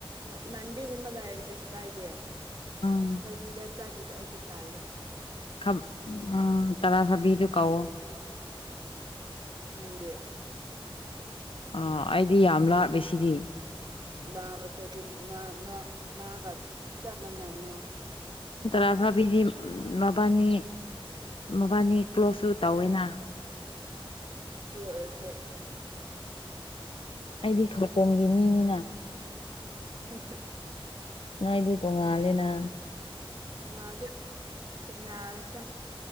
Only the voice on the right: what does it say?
ꯍꯣꯏ ꯏꯃꯥꯟꯕꯤꯒꯨꯝꯕ ꯂꯩꯔꯗꯤ ꯀꯩꯁꯨ ꯀꯥꯏꯗꯦ ꯑꯩꯈꯣꯏꯅꯤꯗ
ꯆꯠꯄꯗꯤ ꯑꯩꯗꯤ ꯇꯥꯜꯂꯦ
ꯅꯪꯗꯤ
<unintelligible> ꯃꯒꯥ ꯆꯞ ꯃꯅꯩꯅ
ꯑꯗꯨ ꯑꯣꯏꯔꯁꯨ
<unintelligible>
ꯃꯃꯥꯗꯤ ꯊꯦꯡꯅꯔꯁꯦ